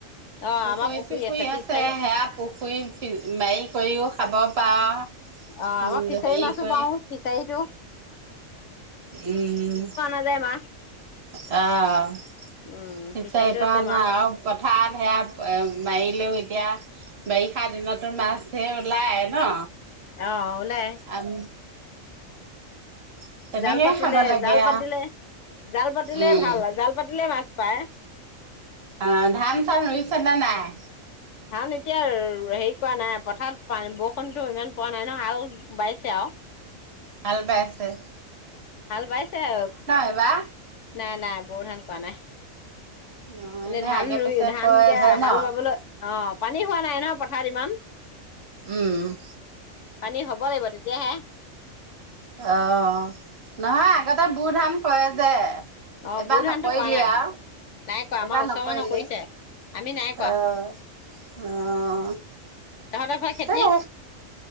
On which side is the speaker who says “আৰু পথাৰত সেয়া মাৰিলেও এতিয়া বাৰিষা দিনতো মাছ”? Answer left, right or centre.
Right